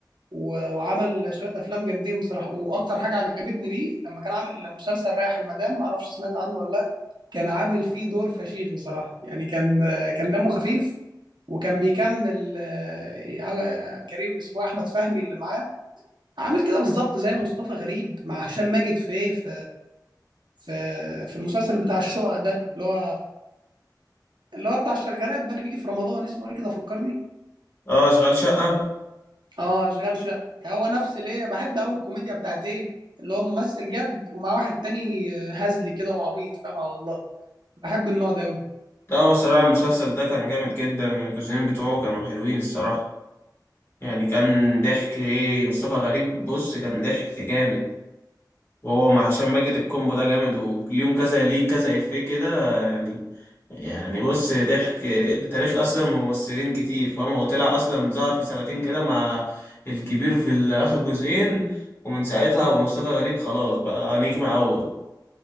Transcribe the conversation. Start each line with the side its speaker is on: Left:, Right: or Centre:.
Right: و- وعمل شويه افلام جامدين بصراحه واكتر حاجه عجبتني ليه لما كان عامل مسلسل رايح المدام ما اعرفش سمعت عنه ولا لا كان عامل فيه دور فشيخ بصراحه يعني كان كان دمه خفيف وكان بيكمل آه، آه، كريم اسمه احمد فهمي اللي معاه عامل كده بالظبط زي مصطفى غريب مع هشام ماجد في ايه في في في المسلسل بتاع الشقق ده اللي هو اللي هو بتاع الشغالات ده اللي بيجي في رمضان اسمه ايه كده فكرني
Left: اه اشغال شقه
Right: اه اشغال شقه هو نفس ليه بحب قوي الكوميديا بتاعت ايه اللي هو ممثل جد ومع واحد تاني هزلي كده وعبيط فاهم على الله بحب النوع ده قوي
Left: ده هو الصراحه المسلسل ده كان جامد جدا الجزئين بتوعه كانوا حلوين الصراحه يعني كان ضحك ايه مصطفى غريب بص كان ضحك جامد وهو مع هشام ماجد الكومبو ده جامد وليهم كذا ليه كذا افيه كده يعني يعني بص ضحك تاريخ اصلا ممثلين كتير فاهم هو طلع اصلا ظهر في سنتين كده مع الكبير في ال- اخر جزئين ومن ساعتها ومصطفى غريب خلاص بقى نجم اول